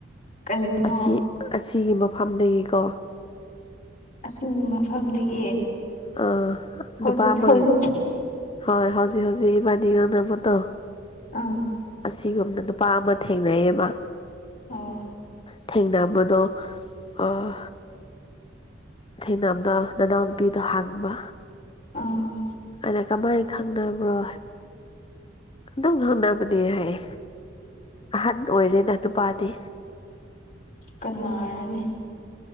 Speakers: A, on the left (about 45°); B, on the left (about 30°).
A: ꯀꯩꯅꯣ
B: ꯑꯁꯤ ꯑꯁꯤꯒꯤ ꯃꯐꯝꯗꯒꯤꯀꯣ
A: ꯑꯁꯤꯒꯤ ꯃꯐꯝꯗꯒꯤ
B: ꯑꯥ
A: ꯍꯧꯖꯤꯛ
B: ꯅꯨꯄꯥ ꯑꯃ
A: ꯍꯧꯖꯤꯛ
B: ꯍꯣꯏ ꯍꯧꯖꯤꯛ ꯍꯧꯖꯤꯛ ꯏꯕꯥꯅꯤ ꯉꯪꯅꯕꯗꯣ
A: ꯑꯝ
B: ꯑꯁꯤꯒꯨꯝꯅ ꯅꯨꯄꯥ ꯑꯃ ꯊꯦꯡꯅꯩꯌꯦꯕ
A: ꯑꯣ
B: ꯊꯦꯡꯅꯕꯗꯣ ꯑꯥ ꯊꯦꯡꯅꯕꯗ ꯅꯅꯥꯎꯅꯨꯄꯤꯗꯣ ꯍꯥꯡꯕ
A: ꯑꯝ
B: ꯅꯪ ꯀꯃꯥꯏꯅ ꯈꯪꯅꯕ꯭ꯔꯣ ꯑꯗꯨꯝ ꯈꯪꯅꯕꯅꯦ ꯍꯥꯏ ꯑꯍꯟ ꯑꯣꯏꯔꯦꯗ ꯅꯨꯄꯥꯗꯤ
A: ꯀꯅꯥꯔꯥꯅꯦ